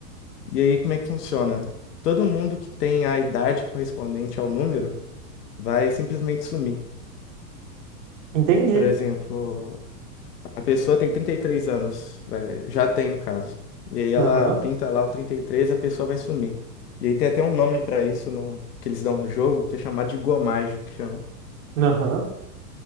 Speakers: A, on the left (about 70°); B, on the right (about 55°).
A: E aí como é que funciona? Todo mundo que tem a idade correspondente ao número vai simplesmente sumir.
B: entendi.
A: Por exemplo, A pessoa tem 33 anos, vai- já tem no caso. E aí ela
B: Aham,
A: pinta lá o 33, a pessoa vai sumir. E aí tem até um nome pra isso no- que eles dão no jogo, que é chamado de gomagem, que chama.
B: aham.